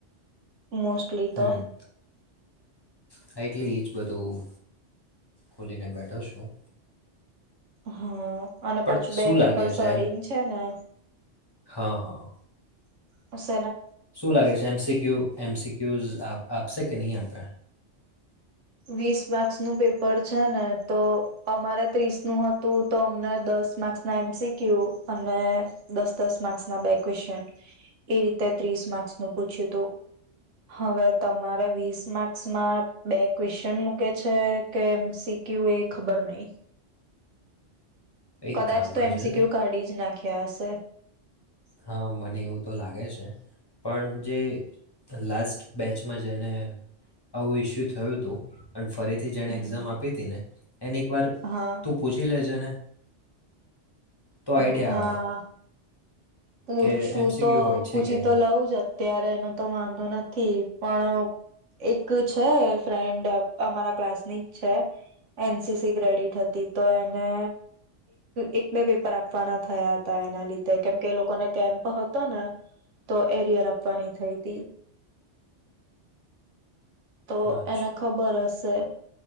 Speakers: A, on the right; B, on the left.
A: મોસ્ટલી તો
B: હમ હા એટલે એજ બધું ખોલીને બેઠો છું
A: હા અને
B: પણ
A: પાછું બે
B: શું
A: પેપર
B: લાગે
A: સડીને
B: છે એમ
A: છે ને
B: હા હા
A: <unintelligible>
B: શું લાગે છે એમસીક્યુ એમસી કે્યુઝ આપ આપસે કેની આપે
A: વીસ માર્ક્સ નું પેપર છે ને તો અમારે ત્રીસ નું હતું તો અમને દસ માર્ક્સ ના એમસીક્યુ અને દસ દસ માર્ક્સ ના બે ક્વેશ્ચન એ રીતે ત્રીસ માર્ક્સનું પૂછ્યું હતું હવે તમારે વીસ માર્ક્સમાં બે ક્વેશચન મૂકે છે કે એમ સી ક્યુ એ ખબર નહી
B: એક
A: કદાચ
B: કામ
A: તો
B: કરજે
A: એમસીક્યુ
B: ને
A: કાઢી જ નાખે ગિયા હશે
B: હા મને એવું તો લાગે છે પણ જે લાસ્ટ બેચમાં જઈને આવું ઇસ્યુ થયું હતું. ફરીથી
A: હા
B: જેણે એક્ઝામ આપી હતી ને, એને એકવાર
A: હા
B: તું પૂછી લેજે. પૂછજે ને. તો આઈડિયા
A: હા.
B: આવે
A: પૂછું
B: કે એમસીક્યુ
A: તો
B: હોય છે
A: પૂછી
B: કે
A: તો
B: નહીં
A: લઉં જ અત્યારે એને તો વાંધો નથી પણ એક છે ફ્રેન્ડ અમારા ક્લાસમેંટ છે એનસીસી ક્રેડિટ હતી તો એને એક બે પેપ આપવાના થયા હતા એના લીધે કેમ કે એ લોકોને કેમ્પ હતો ને, તો એરિયર આપવાની થઈ તી. તો
B: અચ્છા
A: એને ખબર હશે.